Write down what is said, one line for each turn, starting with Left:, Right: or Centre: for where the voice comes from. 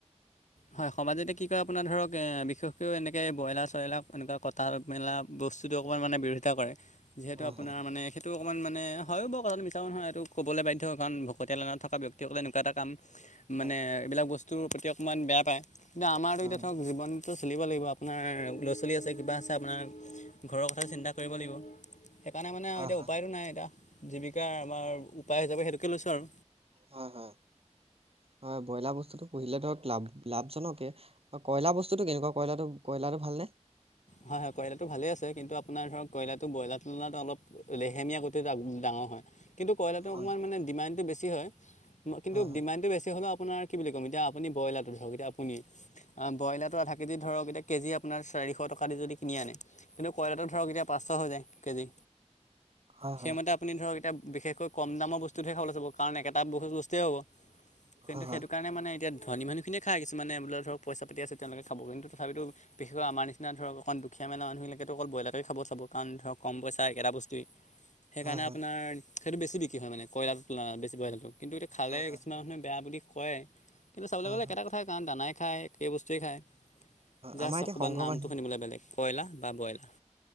Left: হয় সমাজ এতিয়া কি কয়, আপোনাৰ ধৰক বিশেষকৈ এনেকে ব্ৰইলাৰ চ্ৰইলাৰ এনেকুৱা ক তাত মেলা বস্তুটো অকণমান মানে বিৰোধিতা কৰে যিহেতু
Right: হয়
Left: আপোনাৰ
Right: হয়
Left: মানে সেইটো অকণমান মানে হয়ও বাৰু কথাটো মিছাও নহয় এইটো কবলে বাধ্য কাৰণ ভকতীয়া লোণত থকা ব্যক্তিসকলে এনেকুৱা এটা কাম মানে
Right: হয়
Left: এইবিলাক বস্তুৰ প্ৰতি অকণমান বেয়া পায় কিন্তু আমাৰো
Right: হয়
Left: এতিয়া ধৰক জীৱন টো চলিব লাগিব আপোনাৰ ল'ৰা-ছোৱালী আছে কিবা আছে আপোনাৰ ঘৰৰ কথা চিন্তা কৰিব লাগিব, সেইকাৰণে মানে আৰু
Right: হয়
Left: এতিয়া
Right: হয়
Left: উপায়ও নাই এতিয়া জীৱিকা আমাৰ উপায় হিচাপে সেইটোকে লৈছোঁ আৰু
Right: হয় হয় হয় ব্ৰইলাৰ বস্তুটো পুহিলে ধৰক লাভ লাভজনকে কয়লাৰ বস্তুটো কেনেকুৱা কয়লাৰটো কয়লাৰটো ভালনে?
Left: হয় হয় কইয়লাটো ভালেই আছে, কিন্তু আপোনাৰ ধৰক কইয়লাটো ব্ৰইলাৰ তুলনাত অলপ লেহেমীয়া গতিত ডাঙৰ হয়। কিন্তু কইয়লাৰটো
Right: হয়
Left: অকণমান মানে ডিমাণ্ডটো বেছি হয় কিন্তু
Right: হয়
Left: ডিমাণ্ডটো বেছি হ'লোঁ আপোনাৰ কি বুলি কম এতিয়া আপুনি ব্ৰইলাৰটো ধৰক এতিয়া আপুনি অ ব্ৰইলাৰটো আধা কেজি ধৰক এতিয়া কেজি আপোনাৰ চাৰি শ টকা দি যদি কিনি আনে কিন্তু কইয়লাৰটো ধৰক এতিয়া পাঁচশ হৈ যায় কেজি।
Right: হয় হয়
Left: সেইমতে
Right: হয়
Left: আপুনি ধৰক এতিয়া বিশেষকৈ কম দামৰ বস্তুটোহে খাবলৈ চাব কাৰণ একেটা বহুত বস্তুৱেই হ'ব কিন্তু
Right: হয় হয়
Left: সেইটো কাৰণে মানে এতিয়া ধনী মানুহখিনিয়ে খায় কিছুমানে বোলে ধৰক পইচা পাতি আছে তেওঁলোকে খাব কিন্তু তথাপিতো বিশেষকৈ আমাৰ নিচ এতিয়া ধৰক অকণমান দুখীয়া মানে মানুহবিলাকে অকল বয়লাৰেই খাব চাব। কাৰণ ধৰক কম পইচা একেটা বস্তুৱেই। সেইকাৰণে
Right: হয় হয়
Left: আপোনাৰ সেইটো বেছি বিক্ৰী হয় মানে কইয়লাৰটো তুলনাত বেছি ব্ৰইলাৰটো। কিন্তু এইটো- খালে
Right: হয় হয়
Left: কিছুমান
Right: হয়
Left: মানুহে বেয়া বুলি কয়, কিন্তু চাবলৈ
Right: হয়
Left: গ'লে একেটা
Right: হয় হয়।
Left: কথাই। কাৰণ দানাই খায়, একে বস্তুৱে খায়, জাষ্ট
Right: আমাৰ এতিয়া
Left: অকণমান
Right: সংঘ
Left: নামটো
Right: মানুহ
Left: - বোলে বেলেগ কয়লাৰ বা ব্ৰইলাৰ।